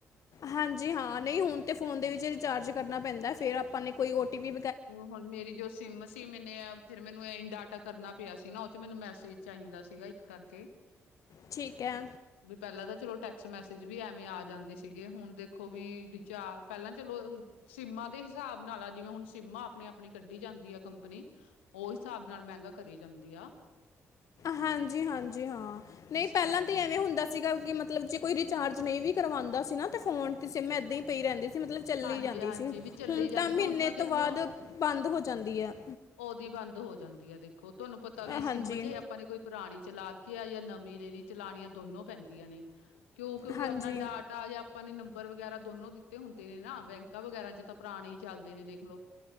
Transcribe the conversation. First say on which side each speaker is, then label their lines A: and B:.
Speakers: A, on the left (about 60°); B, on the left (about 85°).
A: ਹਾਂਜੀ, ਹਾਂ ਨਹੀਂ ਹੁਣ ਤੇ ਫ਼ੋਨ ਦੇ ਵਿੱਚ ਰਿਚਾਰਜ ਕਰਨਾ ਪੈਂਦਾ, ਫੇਰ ਆਪਾਂ ਨੇ ਕੋਈ ਓ ਟੀ ਪੀ
B: ਤੂੰ ਹੁਣ ਮੇਰੀ ਜੋ ਸਿਮ ਸੀ, ਮੈਨੇ ਫਿਰ ਮੈਨੂੰ ਇ ਡਾਟਾ ਕਰਨਾ ਪਿਆ ਸੀ ਨਾ, ਉਹ ਚ ਮੈਨੂੰ ਮੈਸੇਜ ਚਾਹੀਦਾ ਸੀਗਾ, ਇਸ ਕਰਕੇ
A: ਠੀਕ ਹੈ।
B: ਵੀ ਪਹਿਲਾਂ ਤਾਂ ਚਲੋ ਟੈਕਸ ਮੈਸੇਜ ਵੀ ਐਵੇਂ ਆ ਜਾਂਦੇ ਸੀਗੇ। ਹੁਣ ਦੇਖੋ ਵੀ ਪਹਿਲਾਂ ਚਲੋ ਸਿੰਮਾਂ ਦੇ ਹਿਸਾਬ ਨਾਲ ਆ, ਜਿਵੇਂ ਹੁਣ ਸਿੰਮਾ ਆਪਣੀ ਆਪਣੀ ਕੱਢੀ ਜਾਂਦੀ ਆ ਕੰਪਨੀ। ਉਹ ਹਿਸਾਬ ਨਾਲ ਮਹਿੰਗਾ ਕਰੀ ਜਾਂਦੀ ਆ।
A: ਹਾਂਜੀ ਹਾਂਜੀ, ਹਾਂ ਨਹੀਂ
B: ਇਸ
A: ਪਹਿਲਾਂ
B: ਕਰਕੇ
A: ਤਾਂ ਐਵੇਂ ਹੁੰਦਾ ਸੀਗਾ ਕਿ ਮਤਲਬ ਜ ਕੋਈ ਰਿਚਾਰਜ ਨਹੀਂ ਵੀ ਕਰਵਾਉਂਦਾ ਸੀ ਨਾ, ਤੇ ਫੋਨ ਤੇ ਸਿਮ ਏਦਾਂ ਹੀ ਪਈ ਰਹਿੰਦੀ ਸੀ, ਮਤਲਬ ਚੱਲੀ
B: ਹਾਂਜੀ
A: ਜਾਂਦੀ
B: ਹਾਂਜੀ
A: ਸੀ,
B: ਵੀ ਚੱਲੀ
A: ਹੁਣ
B: ਜਾਂਦੀ
A: ਤਾਂ ਮਹੀਨੇ
B: ਸੀ ਦੇਖਲੋ
A: ਤੋਂ ਬਾਅਦ ਬੰਦ ਹੋ ਜਾਂਦੀ ਹੈ।
B: ਉਹਦੀ ਬੰਦ ਹੋ ਜਾਂਦੀ ਹੈ, ਦੇਖੋ ਤੁਹਾਨੂੰ ਪਤਾ ਵੀ
A: ਅ,
B: ਸਿਮ
A: ਹਾਂਜੀ
B: ਚ ਇਹ ਆਪਾਂ ਨੇ ਕੋਈ ਪੁਰਾਣੀ ਚਲਾਰਕੀ ਆ ਜਾਂ ਨਵੀਂ ਰੀ ਚਲਾਣੀਆਂ ਦੋਨੋਂ ਪੈਂਦੀਆਂ ਨੇ, ਕਿਉ ਕਿਉਂਕਿ
A: ਹਾਂਜੀ
B: ਆਪਣਾ ਡ ਟਾ ਜਾਂ ਆਪਾਂ ਨੇ ਨੰਬਰ ਵਗੈਰਾ ਦੋਨੋ ਦਿੱਤੇ ਹੁੰਦੇ। ਨੇ ਨਾ ਬੈਂਕਾਂ ਵਗੈਰਾ ਚ ਤਾਂ ਪੁਰਾਣੇ ਹੀ ਚੱਲਦੇ ਨੇ ਦੇਖਲੋ,